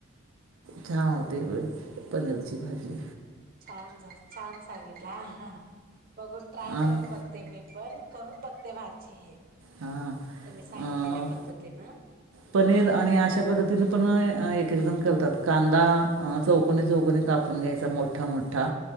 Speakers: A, on the right (about 85°); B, on the right (about 45°).
A: छान होते पनीरची भाजी.
B: छानस छान सांगीतलं हां बघू ट्राय
A: आणि
B: करून बघते मी पण करून बघते वाचीये तुम्ही
A: हां
B: सांगितलेल्या पद्धतीनं.
A: पनीर
B: करून
A: आणि
B: बघते
A: अशा पद्धतीने पण एक-एक जण करतात कांदा चौकनी-चौकनी कापून घ्यायचा मोठा-मोठा